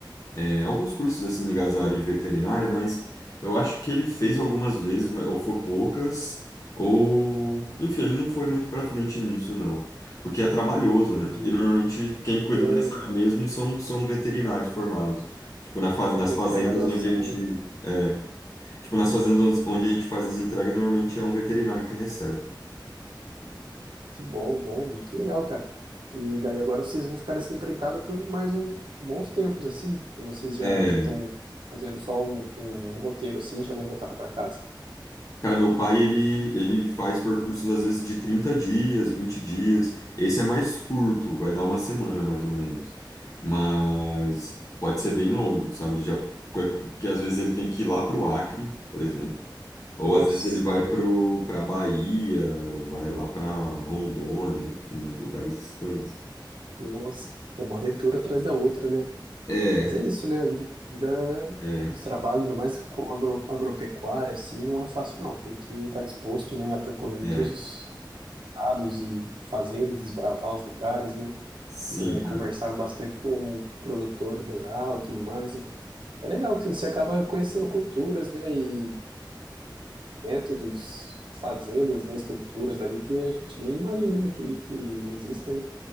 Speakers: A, on the left; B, on the right.
A: é, alguns cursos assim ligados à área de veterinária, mas eu acho que ele fez algumas vezes, mas- ou foi poucas, ou enfim, ele não foi muito pra frente nisso, não, porque é trabalhoso,
B: Entendi.
A: né? E normalmente quem cuida
B: É,
A: dessa área mesmo são, são veterinários formados, tipo na faz,
B: é,
A: nas
B: tem
A: fazendas
B: que ter a graduação,
A: onde a gente
B: né?
A: é, tipo nas fazendas onde a gente faz as entregas, normalmente é um veterinário que recebe.
B: Que bom, bom, muito legal, cara. E daí agora vocês vão ficar nessa empreitada por mais um bons tempos, assim? Ou vocês já
A: É,
B: já estão fazendo só um, um roteiro assim, e já vão voltar para casa?
A: Cara, meu pai, ele, ele faz percursos às vezes de 30 dias, 20 dias. Esse é mais curto, vai dar uma semana mais ou menos. Mas pode ser bem longo, sabe? Ele já, porque às vezes ele tem que ir lá para o Acre, por exemplo. Ou
B: Nossa,
A: às vezes ele vai para a Bahia, vai lá para Rondônia, enfim, uns lugares distantes.
B: nossa, é uma aventura atrás da outra, né?
A: É,
B: Mas é isso, né? A vida, vida
A: é,
B: de trabalho, ainda mais com agro, agropecuária, assim, não é fácil, não. Tem que estar disposto, né, a percorrer muitos
A: é.
B: estados e fazendas, desbravar os lugares, né?
A: Sim,
B: né, conversar bastante com o produtor rural e tudo mais, né? É legal que você acaba conhecendo culturas, né, e métodos, fazendas, né, estruturas ali que a gente nem imagina que, que exista, né?